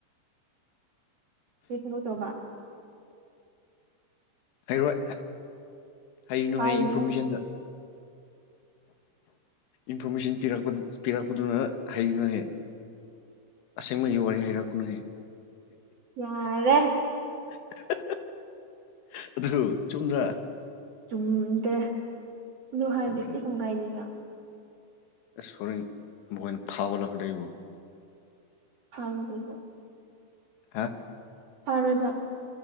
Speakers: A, on the right; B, on the left.
A: ꯀꯩ ꯊꯕꯛ ꯇꯧꯕꯥ
B: ꯍꯥꯏꯔꯣꯏ ꯍꯩꯒꯅꯨ
A: ꯍꯥꯏꯌꯨꯍꯦ
B: ꯍꯥꯏ ꯏꯟꯐꯣꯔꯃꯦꯁꯟꯗ ꯏꯟꯐꯣꯔꯃꯦꯁꯟ ꯄꯤꯔꯛꯄ ꯄꯤꯔꯛꯄꯗꯨꯅ ꯍꯥꯏꯒꯅꯨ ꯍꯥꯏꯌꯦ ꯑꯁꯦꯡꯕꯒꯤ ꯋꯥꯔꯤ ꯍꯥꯏꯔꯛꯀꯅꯨꯍꯦ
A: ꯌꯥꯔꯦ
B: <unintelligible> ꯑꯗꯨꯁꯨ ꯆꯨꯝꯗ꯭ꯔꯥ
A: ꯆꯨꯝꯗꯦ ꯑꯗꯨ ꯍꯥꯏꯕꯗꯤ
B: ꯎꯝ
A: ꯀꯩꯁꯨꯝ ꯀꯥꯏꯗꯦꯅ
B: ꯁꯔꯤ ꯒꯣꯏꯅ ꯐꯕ ꯂꯥꯛꯗ ꯑꯩꯕꯨ
A: ꯐꯪꯕ
B: ꯍꯥ
A: ꯑꯥꯔꯣꯏꯕ